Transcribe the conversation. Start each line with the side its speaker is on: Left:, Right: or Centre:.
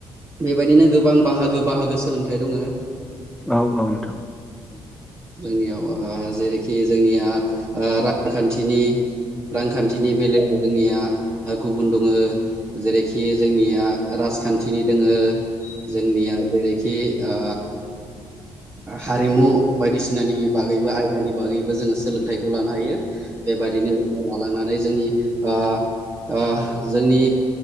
Right: बेबायदिनो गोबां बाहागो बाहागो सोलोंथाइ दङो
Centre: औ औ नोंथां
Right: जोंनियाव ओ जेरैखि जोंनिया ओ रांखान्थिनि रांखान्थिनि बेलायाव जोंनिया गुबुन दङो जेरैखि जोंनिया राजखान्थिनि दोङो जोंनिया जेरैखि ओ हारिमु बायदिसिनानि बागैबो आयदानि बागैबो जोङो सोलोंथाइखौ लानो हायो बेबायदिनो जोङो लालांना नै जोंनि ओ ओ जोंनि